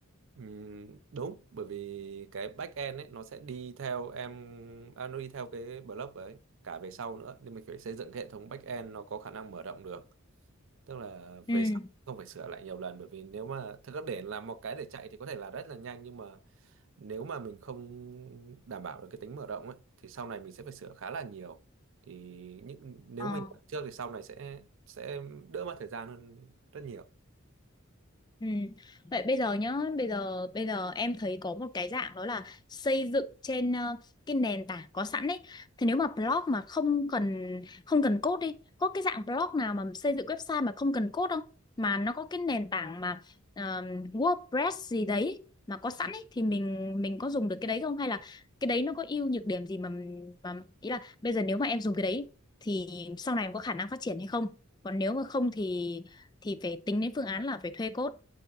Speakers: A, on the right (about 65°); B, on the left (about 20°).
A: Ừm, đúng bởi vì cái back end ấy nó sẽ đi theo em à, nó đi theo cái block ấy cả về sau nữa nên mình phải xây dựng cái hệ thống back end nó có khả năng mở rộng được tức là
B: ừ
A: về sau không phải sửa lại nhiều lần bởi vì nếu mà thực ra để làm một cái để chạy thì có thể là rất là nhanh nhưng mà nếu mà mình không đảm bảo được cái tính mở rộng ấy thì sau này mình sẽ phải sửa khá là nhiều thì những nếu
B: Ờ.
A: mình làm trước thì sau này sẽ sẽ đỡ mất thời gian hơn rất nhiều
B: Ừ. Vậy bây giờ nhá, bây giờ bây giờ em thấy có một cái dạng đó là xây dựng trên ờ, cái nền tảng có sẵn ấy. Thì nếu mà blog mà không cần không cần code đi, có cái dạng blog nào mà xây dựng website mà không cần code không? Mà nó có cái nền tảng mà ờ, WordPress gì đấy mà có sẵn ấy thì mình mình có dùng được cái đấy không hay là cái đấy nó có ưu nhược điểm gì mà mà ý là bây giờ nếu mà em dùng cái đấy thì sau này em có khả năng phát triển hay không? Còn nếu mà không thì thì phải tính đến phương án là phải thuê code.